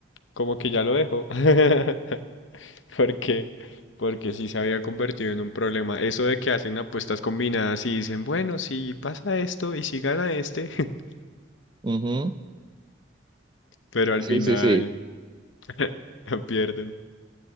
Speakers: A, on the left; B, on the right.
A: Como que ya lo dejo. <laughs> Porque, porque sí se había convertido en un problema. Eso de que hacen apuestas combinadas y dicen, bueno, si pasa esto y si gana este, <laughs>
B: Ujú.
A: pero al
B: sí,
A: final
B: sí, sí.
A: <laughs> la pierden.